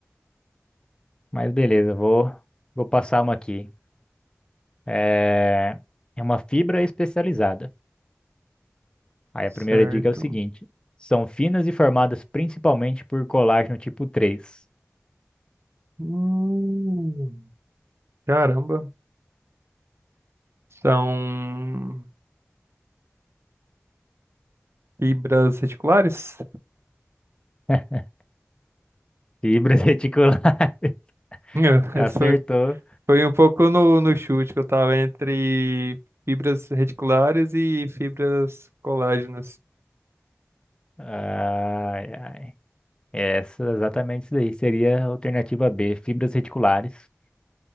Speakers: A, on the left; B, on the right.
A: Mas beleza, vou, vou passar uma aqui. É, é uma fibra especializada. Aí
B: Certo.
A: a primeira dica é o seguinte: são finas e formadas principalmente por colágeno tipo três.
B: Hum, caramba. São fibras reticulares?
A: <laughs> Fibras reticulares.
B: <laughs>
A: <laughs> Acertou.
B: Essa Foi foi um pouco no, no chute que eu tava entre fibras reticulares e fibras colágenas.
A: Ai, ai. Essa, exatamente isso daí. Seria a alternativa B, fibras reticulares.